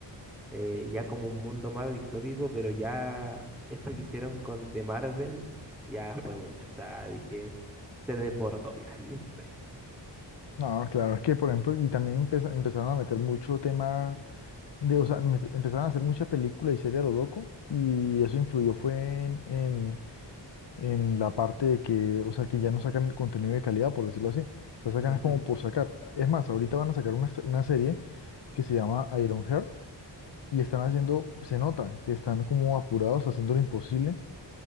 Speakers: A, in the centre; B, on the left.
A: eh, ya como un mundo más distópico, pero ya esto que hicieron con The Marvels ya fue mucho, o sea, dije, se desbordó ya, <laughs> no sé.
B: no, claro, es que, por ejemplo, y también empeza- empezaron a meter mucho tema de, o sea, met- empezaron a hacer mucha película y serie a lo loco, y eso influyó fue en, en la parte de que, o sea, que ya no sacan contenido de calidad, por decirlo así. O sea, sacan
A: Ujú.
B: es como por sacar. Es más, ahorita van a sacar una, una serie que se llama Ironheart y están haciendo, se nota que están como apurados, haciendo lo imposible